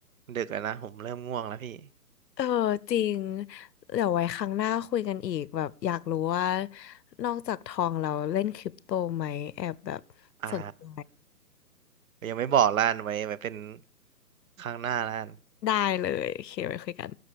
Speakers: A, on the right; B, on the left.
A: ดึกแล้วนะผมเริ่มง่วงแล้วพี่
B: เออจริงเดี๋ยวไว้ครั้งหน้าคุยกันอีกแบบอยากรู้ว่านอกจากทองเราเล่นคริปโตไหมแอบแบบสนใจ
A: อ่ายังไม่บอกล้านไว้ไว้เป็นครั้งหน้าล้าน
B: ได้เลยโอเคไว้คุยกัน